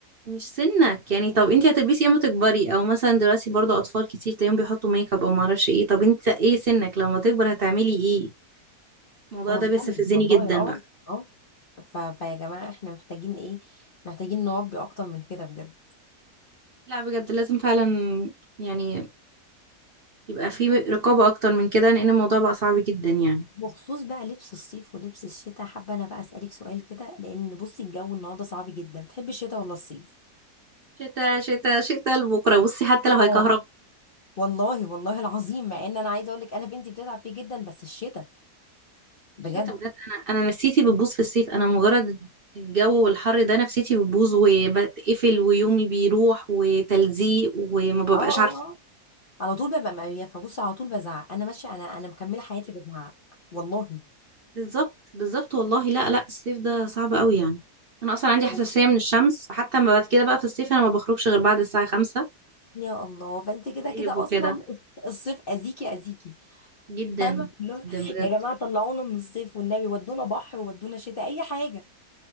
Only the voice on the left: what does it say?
والله
والله
اه
اه ف... فيا جماعة احنا محتاجين ايه محتاجين نربي اكتر من كده بجد
بخصوص بقى لبس الصيف ولبس الشتاء حابة انا بقى اسألك سؤال كده لان بصي الجو النهاردة صعب جدا تحبي الشتاء ولا الصيف
اه
والله والله العظيم مع ان انا عايزة اقولك انا بنتي بتتعب فيه جدا بس الشتاء بجد
اه اه
اه على طول ببقى مقرفة بصي على طول بزعق انا ماشية انا انا مكملة حياتي بزعق والله
اه
يا الله فانت كده
كده
اصلا <laughs> الصيف اذيكي اذيكي
انا اللي هو
يا جماعه طلعونا من الصيف والنبي ودونا بحر ودونا شتاء اي حاجه